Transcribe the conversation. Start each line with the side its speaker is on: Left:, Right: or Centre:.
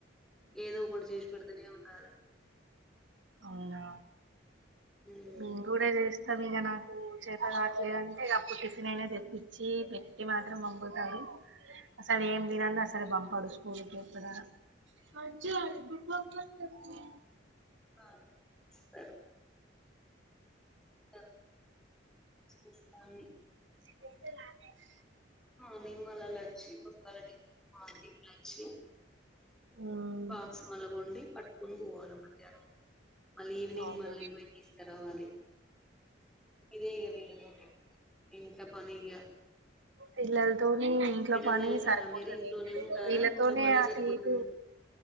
Centre: ఏదో ఒకటి చేసి పెడతనే ఉం ఆ
Right: అవునా
Centre: ఉమ్
Right: ఏం కూరా చేసి ఇంక మీద నాకు చేత కావట్లేదంటే అప్పుడు టిఫిన్ అయినా తెప్పించి పెట్టి మాత్రం పంపుతాడు అసలు ఏం తినంది అసలు పంపాడు స్కూల్కి కి అట్లాగనా మంచి అడి <inaudible>
Centre: ఆ సరే చేసుకుంటాం చూస్తామి
Right: <inaudible>
Centre: మార్నింగ్ మళ్ళ లేచి <unintelligible> టి మార్నింగ్ లేచి
Right: ఉమ్
Centre: బాక్స్ మల్ల వండి పట్. కొన్ది వా మధ్యానం మళ్ళీ ఈవినింగ్
Right: అవును
Centre: మళ్ళీ పోయి తీసుకురావాలి. ఇదే ఇగ్ వీళ్ళతోటి ఇంట్లా. పని ఇగ
Right: పిల్లల్ తొని ఇంట్లో
Centre: ఎటన్నా
Right: పని
Centre: వెళ్తారా
Right: సరిపోతది
Centre: మీరు ఇంట్లోనే ఉంటారా
Right: వీళ్ళతోనె
Centre: ఇంట్లో పనే
Right: అటు
Centre: సరిపోతది
Right: ఇటు